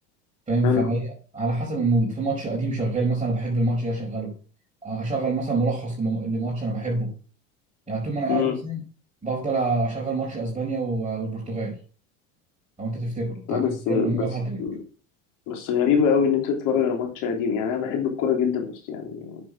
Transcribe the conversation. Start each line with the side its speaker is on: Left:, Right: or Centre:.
Right: فاهم
Left: حلو
Right: فهي على حسب المود في ماتش قديم شغال مثلا بحب الماتش ده اشغله آه، اشغل مثلا ملخص لم- لماتش انا بحبه يعني طول ما انا قاعد
Left: مم.
Right: مثلا بفضل اشغل ماتش اسبانيا و- والبرتغال لو انت تفتكره بتاع
Left: لا
Right: كريستيانو
Left: بس بس
Right: لما جاب هاتريك
Left: بس غريبة قوي ان انت تتفرج على ماتش قديم يعني انا بحب الكورة جدا بس يعني